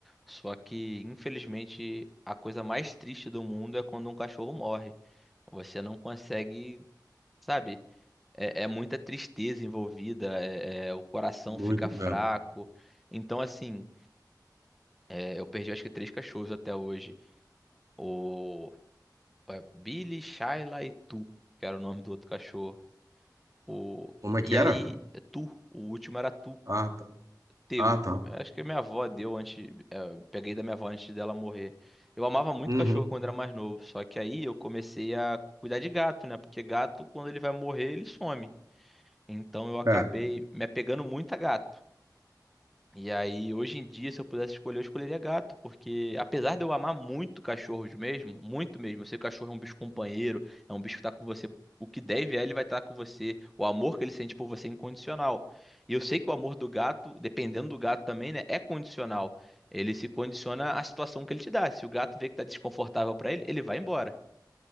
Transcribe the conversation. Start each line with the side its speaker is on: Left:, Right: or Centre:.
Centre: Só que, infelizmente, a coisa mais triste do mundo é quando um cachorro morre. Você não consegue, sabe? É, é muita tristeza envolvida, é- é, o coração
Right: Muito
Centre: fica fraco.
Right: mesmo.
Centre: Então, assim, é, eu perdi acho que três cachorros até hoje. O é, Billy, Shyla e Tu, que era o nome do outro cachorro. O,
Right: Como é
Centre: e
Right: que era?
Centre: aí, Tu, o último era Tu.
Right: Ah, tá.
Centre: TU.
Right: Ah, tá.
Centre: Acho que a minha avó deu antes. é, peguei da minha avó antes dela morrer. Eu amava muito
Right: Uhum.
Centre: cachorro quando era mais novo. Só que aí eu comecei a cuidar de gato, né? Porque gato, quando ele vai morrer, ele some. Então eu acabei
Right: É,
Centre: me apegando muito a gato. E aí, hoje em dia, se eu pudesse escolher, eu escolheria gato, porque apesar de eu amar muito cachorros mesmo, muito mesmo, eu sei que o cachorro é um bicho companheiro, é um bicho que tá com você, o que deve é ele vai estar com você, o amor que ele sente por você é incondicional. E eu sei que o amor do gato, dependendo do gato também, né, é condicional. Ele se condiciona à situação que ele te dá. Se o gato vê que tá desconfortável pra ele, ele vai embora.